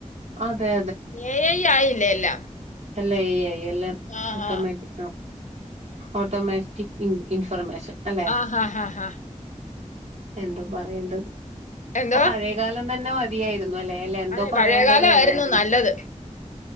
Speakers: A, on the right (about 55°); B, on the left (about 75°).
A: അതെ
B: എ ഐ ആയില്ലേ എല്ലാം
A: എല്ല എ ഐ എല്ലാം
B: ആഹ്
A: ഓട്ടോമാറ്റി ഓട്ടോമാ റ്റിക് ഇൻഫർമേഷൻ അല്ലെ
B: ആഹ ആഹ് ആഹ് ആ
A: എന്തോ പറയേണ്ടത്
B: എന്തോ
A: ആ പഴയകാലംതന്നെ മതിയായിരു ന്നൊല്ലേ ലെ എന്തോ
B: അതെ
A: പറയേണ്ടത്
B: പഴയകാലമായിരുന്നു
A: പറയന്നെ
B: നല്ലത്